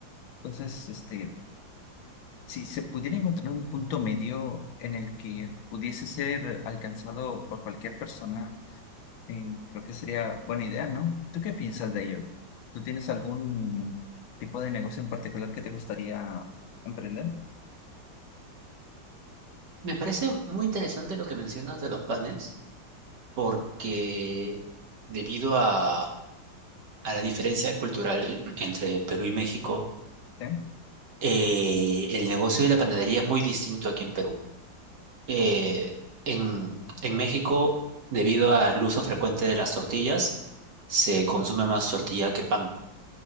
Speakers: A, on the left (about 85°); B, on the right (about 60°).
A: Entonces, este, Si se pudiera encontrar un punto medio en el que pudiese ser alcanzado por cualquier persona, eh, creo que sería buena idea, ¿no? ¿Tú qué piensas de ello? ¿Tú tienes algún tipo de negocio en particular que te gustaría emprender?
B: Me parece muy interesante lo que mencionas de los panes porque debido a, a la diferencia cultural entre Perú y México,
A: Sí,
B: eh, el negocio de la panadería es muy distinto aquí en Perú. eh, en, en México, debido al uso frecuente de las tortillas, se consume más tortilla que pan.